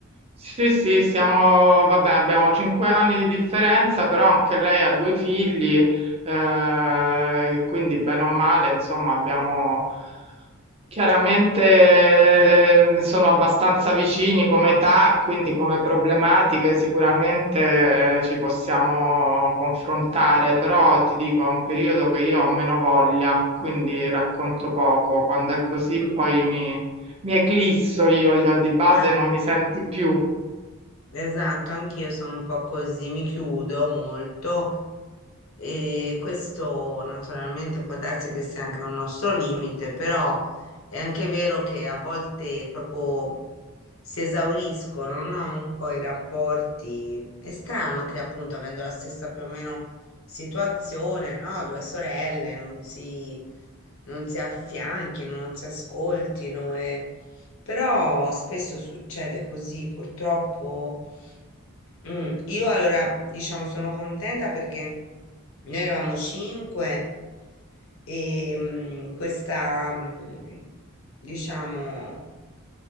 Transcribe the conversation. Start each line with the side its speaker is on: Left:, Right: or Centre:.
Right: Sì, sì, siamo, vabbè, abbiamo cinque anni di differenza, però anche lei ha due figli, eh, quindi bene o male, insomma, abbiamo chiaramente, eh, sono abbastanza vicini come età, quindi come problematiche sicuramente, eh, ci possiamo confrontare, però ti dico, è un periodo che io ho meno voglia, quindi racconto poco. Quando è così
Left: Mm.
Right: poi mi, mi eclisso io, cioè di base
Left: Eh,
Right: non mi senti più.
Left: esatto, anch'io sono un po' così, mi chiudo molto e questo naturalmente può darsi che sia anche un nostro limite, però è anche vero che a volte proprio si esauriscono, no? Un po' i rapporti. È strano che appunto avendo la stessa più o meno situazione, no? Due sorelle non si, non si affianchino, non si ascoltino e... Però spesso succede così, purtroppo. Mm, io allora, diciamo, sono contenta perché noi eravamo cinque e mm, questa, mm, diciamo,